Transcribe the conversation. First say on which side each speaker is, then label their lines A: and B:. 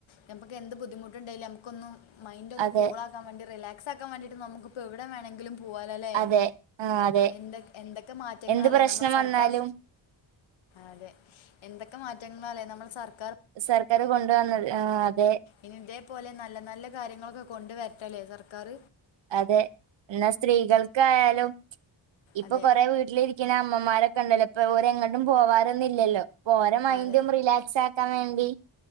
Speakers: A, on the left; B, on the right.
A: ഞമ്മക്ക് എന്ത് ബുദ്ധിമുട്ടുണ്ടേലും നമക്കൊന്നു മൈൻഡൊന്ന്
B: അതെ
A: കൂളാ ക്കാവേണ്ടി റിലാക്സാക്കാൻ വേണ്ടിട്ട് നമക്ക് ഇപ്പോ എവിടെ വേണെങ്കിലും പോ പോവാലൊല്ലേ
B: അതെ ആ അതെ
A: എന്തൊ എന്തൊക്കെ മാറ്റങ്ങളാലേ
B: എന്ത് പ്രശ്നം
A: നമ്മളെ സർക്കാർ
B: വന്നാലും
A: അതെ എന്തൊക്കെ മാറ്റങ്ങളാലേ നമ്മളെ സർ-
B: സർക്കാർ കൊണ്ടുവന്നത് ആഹ് അതെ
A: ഇനി ഇതേപോലെ നല്ല നല്ല കാര്യങ്ങളൊക്കെ കൊണ്ട് വെര്ട്ടലേ സർക്കാർ
B: അതെ ന്നാ സ്ത്രീകൾക്കായാലും ഇപ്പൊ
A: അതെ
B: കൊറേ വീട്ടിലിരി ക്ക്ണ അമ്മമാരൊക്കെ ഇണ്ടല്ലോ ഇപ്പൊ ഓരെങ്ങട്ടും പോവാറൊന്നില്ലല്ലോ പോ ഓരെ മൈൻഡും
A: അതെ
B: റിലാക്സാ ക്കാൻ വേണ്ടി